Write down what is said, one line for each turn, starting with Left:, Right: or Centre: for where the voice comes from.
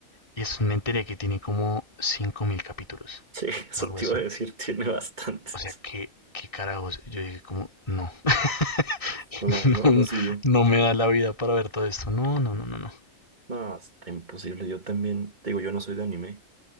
Left: Y es, me enteré que tiene como 5.000 capítulos
Right: Sí, <laughs> eso
Left: o algo
Right: te
Left: así.
Right: iba a decir, tiene bastantes.
Left: O sea, que qué carajos. Yo dije como, no. <laughs>
Right: No, no,
Left: no,
Right: no sigo.
Left: no me da la vida para ver todo esto. No, no, no, no, no.
Right: No, está imposible. Yo también, te digo, yo no soy de anime,